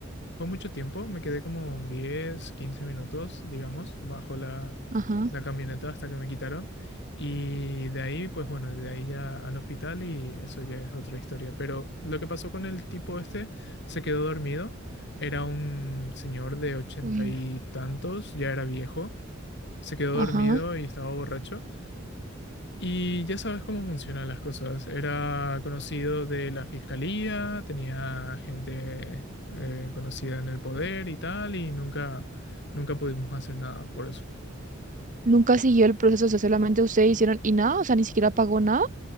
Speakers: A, on the left; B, on the right.
A: fue mucho tiempo, me quedé como 10, 15 minutos, digamos, bajo la,
B: Ajá.
A: la camioneta hasta que me quitaron. Y de ahí, pues bueno, de ahí ya al hospital y eso ya es otra historia. Pero lo que pasó con el tipo este, se quedó dormido, era un señor de ochenta
B: Uy,
A: y
B: no.
A: tantos, ya era viejo se quedó
B: Ajá.
A: dormido y estaba borracho. Y ya sabes cómo funcionan las cosas. Era conocido de la fiscalía, tenía gente eh, conocida en el poder y tal, y nunca, nunca pudimos hacer nada por eso.
B: Nunca siguió el proceso, o sea, solamente ustedes hicieron y nada, o sea, ni siquiera pagó nada.